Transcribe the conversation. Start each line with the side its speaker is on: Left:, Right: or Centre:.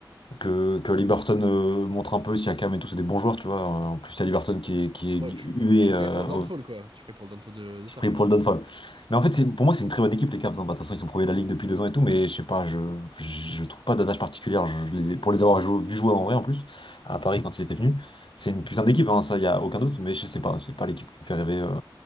Left: que, que Liberton euh, montre un peu, Siakam et tout, c'est des bons joueurs, tu vois. Euh, En plus, il y a Liberton qui est, qui est
Right: Ouais,
Left: hué,
Right: tu, tu pries
Left: euh,
Right: pour le downfall,
Left: au-
Right: quoi. Tu pries pour le downfall de, de Sam,
Left: je prie
Right: quoi.
Left: pour le Dunfall. Mais en fait, c'est, pour moi, c'est une très bonne équipe, les Cavs. hein. Bah, de toute façon, ils sont premiers de la ligue depuis deux ans et tout, mais je sais pas, je, je trouve pas d'attache particulière. Je les ai- pour les avoir jou- vu jouer en vrai, en plus, à Paris quand ils étaient venus, c'est une putain d'équipe, hein, ça, il y a aucun doute, mais je sais pas, c'est pas l'équipe qui me fait rêver. euh.